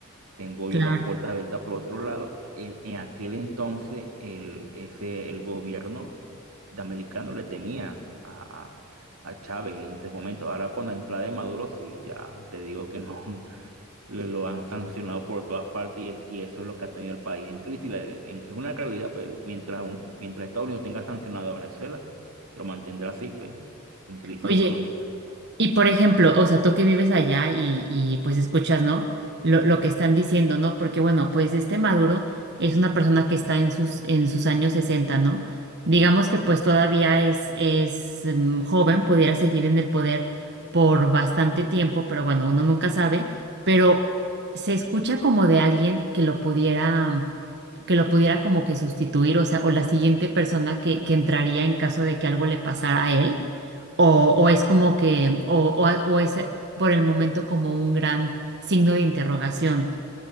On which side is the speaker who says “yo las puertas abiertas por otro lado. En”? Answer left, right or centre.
Right